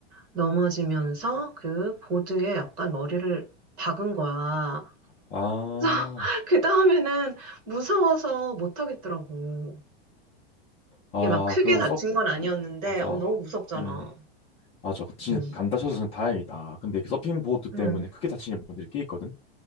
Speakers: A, on the right; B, on the left.
A: 넘어지면서 그 보드에 약간 머리를 박은 거야.
B: 아,
A: 그래서 <laughs> 그 다음에는 무서워서 못 하겠더라고.
B: 아,
A: 이게 막 크게
B: 그럼
A: 다친
B: 서핑,
A: 건 아니었는데
B: 맞아.
A: 어, 너무 무섭잖아.
B: 음, 맞아. 진짜
A: 음.
B: 안 다쳐서는 다행이다. 근데 그 서핑 보드
A: 음
B: 때문에 크게 다치는 분들이 꽤 있거든.